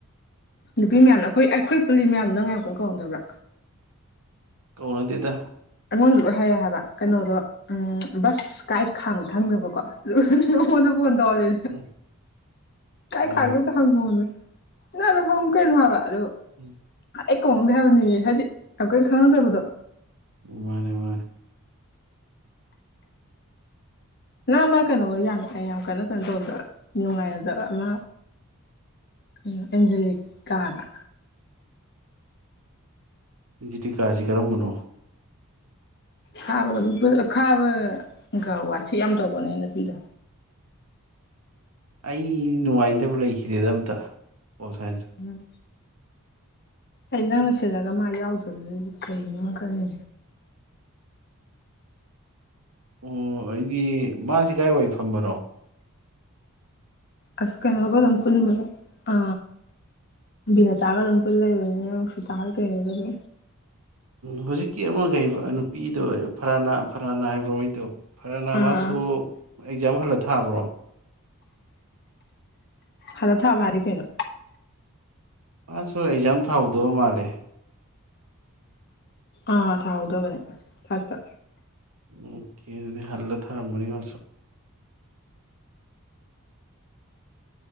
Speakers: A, on the left; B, on the right.
A: ꯅꯨꯄꯤ ꯃꯌꯥꯝꯅ ꯑꯩꯈꯣꯏ ꯑꯩꯈꯣꯏ ꯄꯨꯜꯂꯤ ꯃꯌꯥꯝ ꯅꯪ ꯉ ꯌꯥꯝ ꯀꯨ ꯀꯧꯍꯝꯗꯕ꯭ꯔꯥ
B: ꯀꯧꯅꯗꯤꯦꯗ
A: ꯑꯩꯉꯣꯟꯗ ꯂꯣꯏ ꯍꯥꯏꯔꯦ ꯍꯥꯏꯕ ꯀꯩꯅꯣꯗꯣ ꯎꯝ ꯕꯁ ꯀꯥꯏ ꯈꯥꯡꯒ ꯈꯪꯗꯕꯀꯣ ꯍꯣꯟꯅꯕ ꯍꯣꯟ ꯅꯦ
B: ꯎꯝ
A: ꯀꯥꯏ
B: ꯍꯣꯏ
A: ꯈꯥꯏꯒꯦ ꯇ ꯍꯪꯍꯅꯦ ꯅ ꯑꯗꯨ ꯍꯪ ꯀꯣꯏꯦ ꯅꯣꯍꯕ ꯍꯜꯂꯣ
B: ꯎꯝ
A: ꯑꯩ ꯀꯣꯡꯗꯦ ꯍꯥꯏꯕꯅꯤ ꯍꯥꯏꯗꯤ ꯌꯥꯝ ꯀꯣꯏꯅ ꯈꯪꯅꯗꯕꯗꯣ
B: ꯔꯦꯕꯔ
A: ꯅꯪ ꯑꯃ ꯀꯩꯅꯣꯒ ꯌꯥꯝ ꯌꯥꯝ ꯀꯟꯅ ꯀꯩꯅꯣ ꯇꯧꯗꯕ ꯅꯨꯡꯉꯥꯏꯅꯗꯕ ꯑꯃ ꯀꯩꯅꯣ ꯑꯦꯟꯖꯦꯂꯤꯀꯥꯒ
B: ꯖꯤꯗꯤꯤ ꯀꯥꯖꯤ ꯀꯔꯝ ꯃꯅꯣ
A: ꯈꯥꯕ ꯈꯥꯕ ꯀ ꯋꯥꯁꯤ ꯌꯥꯝ ꯇꯧꯕꯅꯦꯅ ꯄꯤꯗꯣ
B: ꯑꯩ ꯅꯨꯡꯉꯥꯏꯇꯕ ꯂꯩꯈꯤꯗꯦꯗ ꯑꯝꯇ ꯑꯣꯣ ꯁꯥꯏꯟꯁ
A: ꯎꯝ ꯑꯩ ꯅꯪꯅ ꯁꯤꯠꯂꯒ ꯃꯥ ꯌꯥꯎꯗꯣꯏꯗꯨꯗꯗꯤ ꯀꯩꯅꯣ ꯈꯛꯅꯦ
B: ꯑꯣ ꯑꯩꯗꯤ ꯃꯥꯁꯤꯦ ꯀꯥꯏ ꯋꯥ ꯐꯝꯕꯅꯣ
A: ꯍꯁ ꯀꯩꯅ ꯍꯒꯣ ꯂꯝꯄꯜꯕ ꯑ ꯅ ꯇꯥꯒ ꯂꯄꯜꯂ ꯏꯕ ꯇꯥ ꯀꯔꯣ
B: ꯍꯧꯖꯤꯛꯀꯤ ꯑꯃꯈꯩꯕ ꯅꯨꯄꯤꯗꯣ ꯐꯔꯥ ꯐꯔꯥꯅꯥ ꯍꯥꯏꯕ꯭ꯔꯣꯉꯩꯗꯣ ꯐꯔꯅ
A: ꯑꯥ
B: ꯃꯥꯁꯨ
A: ꯑꯥ
B: ꯑꯦꯛꯖꯥꯝ ꯍꯜꯂ ꯊꯥꯕ꯭ꯔꯣ
A: ꯍꯜꯂꯥ ꯊꯥꯕꯥ ꯍꯥꯢꯗꯤ ꯀꯩꯅꯣ
B: ꯃꯁꯨ ꯑꯦꯖꯝ ꯊꯥꯎ ꯗꯣ ꯃꯥꯂꯦ
A: ꯑꯥ ꯊꯥꯍꯧꯗꯕꯅꯦ ꯐꯥꯏꯞꯄꯇ
B: ꯑꯣꯀꯦ ꯑꯗꯨꯗꯤ ꯍꯜꯂ ꯊꯥꯔꯝꯃꯅꯤ ꯃꯥꯁꯨ